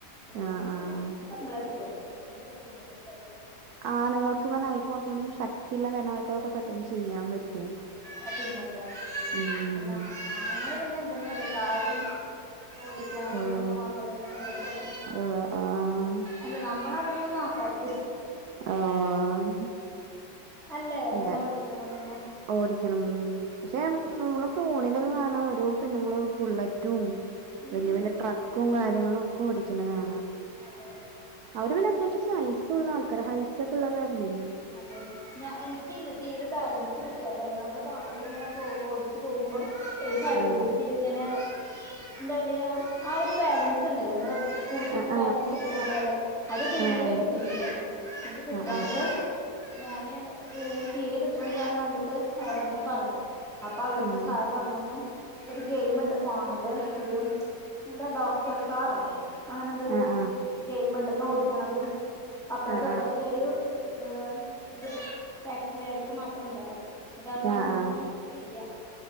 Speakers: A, in the centre; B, on the right.
A: ചെയ്തട്ട്
B: ആഹ് ആഹ്
A: പിന്നെ പിന്നെ സിമ്പിളായിട്ട് പോയിട്ടാ പിന്നെ ഒരു ബുദ്ധിമുട്ടു ഉണ്ടായില്ല.
B: ആണുങ്ങൾക്ക് പറഞ്ഞാ അവർക്ക് കൊറചൂടി ശക്തിള്ള കാരണം അവർക്കൊക്കെ പെട്ടെന്ന് ചെയ്യാൻ പറ്റും.
A: ആഹ് പിന്നെന്താ
B: ഉം
A: പിന്ന ആ ആണിങ്ങള് പിന്നെ ഇതന്നല്ലേ കാറും ഓടി ക്കും
B: ആഹ്
A: ഒക്കെ നോക്കലന്നല്ലേ അവരുടെ പണി
B: ആഹ് ആഹ്
A: എല്ല നമ്മള അതൊന്നും നോക്കാത്ത്.
B: ആഹ്.
A: അല്ലേ ഇങ്ങനെ
B: അതെ
A: ഓടിക്കണത്.
B: ഓടിക്കണം പക്ഷേ നമ്മള് ഫോണിലൊക്കെ കാണാ ഓരോ പെണ്ണുങ്ങള് ബുള്ളറ്റും വല്യ
A: ഉം
B: വല്യ ട്രക്കും കാര്യങ്ങളു ഒക്കെ ഓടിക്ന്ന കാണാം
A: അതെ
B: അവര് പിന്നെ അത്യാവശ്യം സൈസുള്ള ആൾക്കാര ഹൈറ്റൊക്കെള്ള കാരണെയ്
A: അതെ ഞ എനിക്കല്ലേ തീരെ. ബാലൻസ് കിട്ടിയരുന്നില്ല നമ്മള് കാറിൽ ഇങ്ങനെ പോ ഓടിച്ച് പോവുമ്പോ ഒരു സൈഡിൽക്ക്.
B: ഏഹ്
A: ഇങ്ങനെ ഇന്താ പറയ ആ ഒരു ബാലൻസ് ഉണ്ടല്ലോ നമ്മൾ സ്കൂട്ടിക്ക്
B: ആഹ്
A: ബാലൻസ് കിട്ടണ പോലെ അത് തീരെ
B: ആഹ് ആഹ്
A: കിട്ടണില്ല ഇന്നിട്ട് കിട്ടാണ്ട്
B: ആഹ്
A: ഞാന് തീരെ കിട്ടണില്ലന്ന് കണ്ടിട്ട് ഇങ്ങനെ പറഞ്ഞു അപ്പൊ അവിടുത്തെ
B: ആഹ്
A: സാറ് പറഞ്ഞന്നു ഒരു ഗെയിമുണ്ട് ഫോണില് ഒരു എന്താ ഡോക്ടർ കാറോ അങ്ങനെന്താരു
B: ആഹ് ആഹ് ആഹ്
A: ഗെയിമ്ണ്ട് ഇങ്ങനെ ഓടിക്കണത്. അപ്പർത്ത്
B: ആഹ് ആഹ്
A: ഇപ്പർത്തൊരു ഇയ് ഇത് ആക്സിലേറ്റ്ർ മാത്രം ഇണ്ടാവും ന്നിട്ട്
B: ആഹ്
A: അയ് നമ്മളിങ്ങനെ
B: ആഹ് ആഹ്
A: ചെയ്യാ